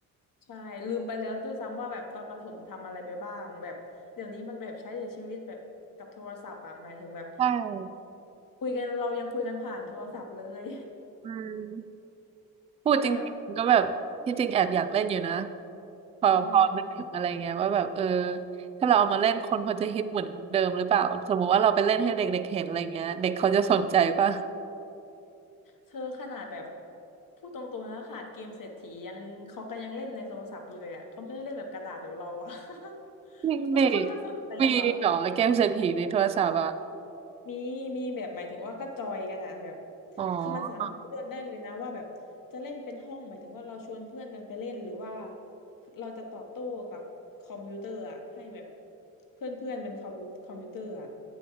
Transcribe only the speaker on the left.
ใช่ลืมไปแล้วด้วยซ้ำว่าแบบตอนประถมทำอะไรไปบ้างแบบเดี๋ยวนี้มันแบบใช้ชีวิตแบบกับโทรศัพท์อะหมายถึงแบบ
คุยกันเรายังคุยกันผ่านโทรศัพท์เลย
<laughs>
จะแบบ
อืมอืม
เธอขนาดแบบพูดตรงๆนะขาดเกมเศรษฐียังเขาก็ยังเล่นในโทรศัพท์เลยอะเขาไม่ได้เล่นแบบกระดาษแบบเราอะ <laughs>
มันเขาจะสนใจกันเหรอ
มีมีแบบหมายถึงว่าก็จอยกันอะแบบ
คือมันสามารถเลือกได้เลยนะว่าแบบจะเล่นเป็นห้องหมายถึงว่าเราชวนเพื่อนกันไปเล่นหรือว่าเราจะตอบโต้กับคอมพิวเตอร์อะให้แบบเพื่อนเพื่อนเป็นคอมพิวคอมพิวเตอร์อะ